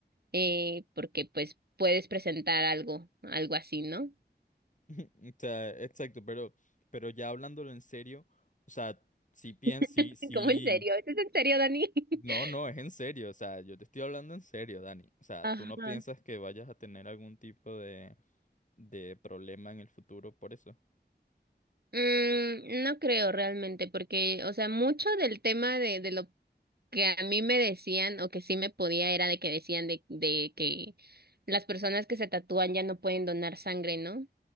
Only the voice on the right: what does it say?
eh, porque pues puedes presentar algo, algo así, ¿no?
<laughs>
¿Cómo en serio? ¿Esto es en serio, Dani?
<laughs>
Ajá.
Mm, no creo realmente, porque, o sea, mucho del tema de, de lo que a mí me decían o que sí me podía era de que decían de, de que las personas que se tatúan ya no pueden donar sangre, ¿no?